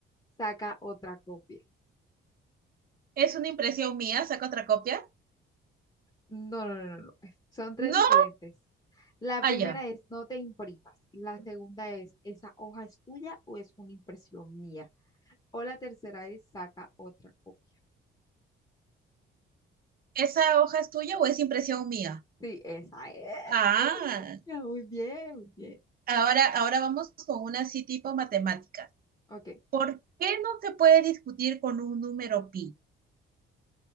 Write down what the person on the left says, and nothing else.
saca otra copia.
No, no, no, no, no, es- son tres
diferentes. La
primera es no te imprimas, la segunda es esa hoja es tuya o es una impresión mía, o la tercera es saca otra copia.
Sí, esa es,
amiga, muy bien, muy bien.
Ok,